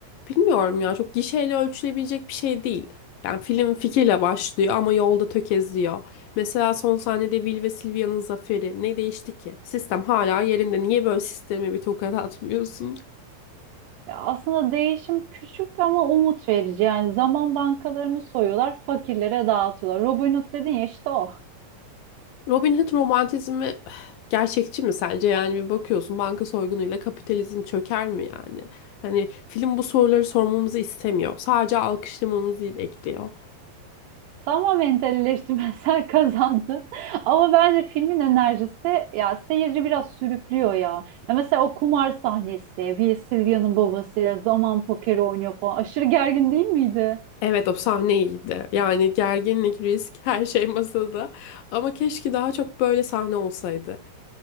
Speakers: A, on the left; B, on the right.
A: bilmiyorum ya çok gişeyle ölçülebilecek bir şey değil. Yani film fikirle başlıyor ama yolda tökezliyor. Mesela son sahnede Will ve Sylvia'nın zaferi ne değişti ki? Sistem hala yerinde. Niye böyle sisteme bir tokat atmıyorsun?
B: Ya aslında değişim küçük ama umut verici yani zaman bankalarını soyuyorlar fakirlere dağıtıyorlar. Robin Hood dedin ya işte o.
A: Robin Hood romantizmi gerçekçi mi sence? Yani bir bakıyorsun banka soygunuyla kapitalizm çöker mi yani? Hani film bu soruları sormamızı istemiyor. Sadece alkışlamamızı bekliyor.
B: Tamamen eleştirmensel <laughs> kazandı. Ama bence filmin enerjisi ya seyirci biraz sürüklüyor ya. Ya mesela o kumar sahnesi, Will Sylvia'nın babası zaman pokeri oynuyor falan. Aşırı gergin değil miydi?
A: Evet o sahne iyiydi. Yani gerginlik, risk, her şey masada. Ama keşke daha çok böyle sahne olsaydı.